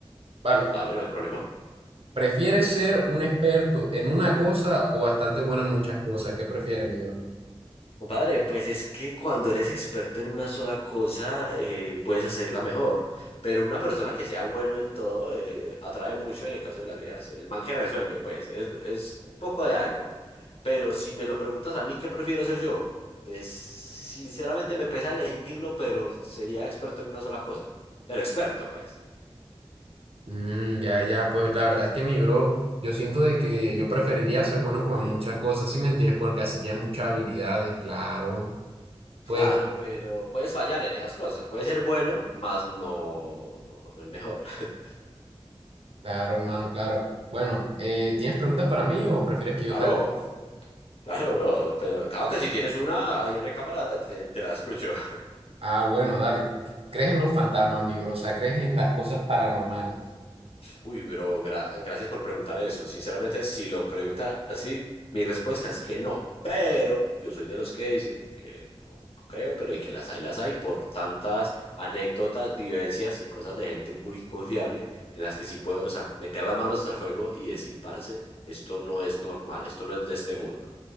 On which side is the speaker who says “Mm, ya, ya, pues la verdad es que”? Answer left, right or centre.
Right